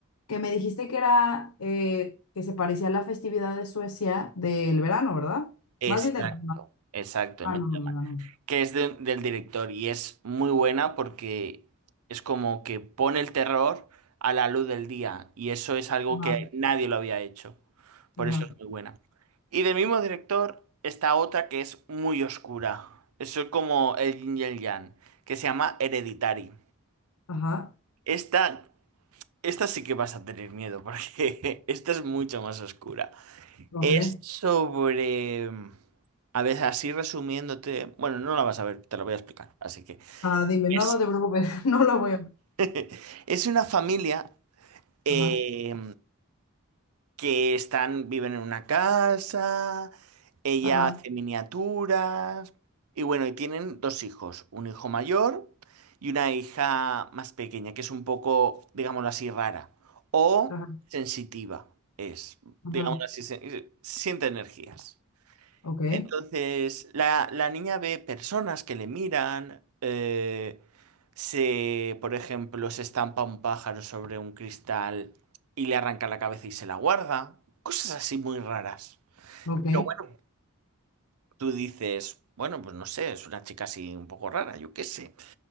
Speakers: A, on the left (about 85°); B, on the right (about 80°).
A: que me dijiste que era eh, que se parecía a la festividad de Suecia del verano, ¿verdad?
B: Exacto,
A: Más bien de la
B: exacto,
A: Ah,
B: me-
A: no, del verano.
B: que es de- del director y es muy buena porque es como que pone el terror a la luz del día y eso es algo
A: Ajá,
B: que nadie lo había hecho. Por
A: ajá,
B: eso es muy buena. Y del mismo director está otra que es muy oscura. Eso es como el yin y el yang, que se llama Hereditary.
A: ajá.
B: Esta, esta sí que vas a tener miedo porque <laughs> esta es mucho más oscura.
A: Ok.
B: Es sobre... A ver, así resumiéndote, bueno, no la vas a ver, te lo voy a explicar. Así que
A: Ah, dime,
B: es,
A: no, no te preocupes, <laughs> no la voy a ver.
B: <laughs> es una familia eh,
A: Ajá,
B: que están, viven en una casa, ella
A: ajá,
B: hace miniaturas y bueno, y tienen dos hijos, un hijo mayor y una hija más pequeña, que es un poco, digámoslo así, rara o
A: ajá,
B: sensitiva, es,
A: ajá.
B: digámoslo así, se- siente energías.
A: Ok,
B: Entonces, la, la niña ve personas que le miran, eh, se, por ejemplo, se estampa un pájaro sobre un cristal y le arranca la cabeza y se la guarda. Cosas así muy raras.
A: ok,
B: Pero bueno, tú dices, bueno, pues no sé, es una chica así un poco rara, yo qué sé.